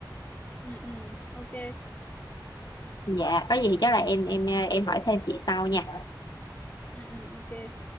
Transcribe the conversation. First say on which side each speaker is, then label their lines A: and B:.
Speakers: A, on the left; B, on the left.
A: ừ ừ, ok
B: dạ có gì thì chắc là em em em hỏi thêm chị sau nha
A: ừ ừ ok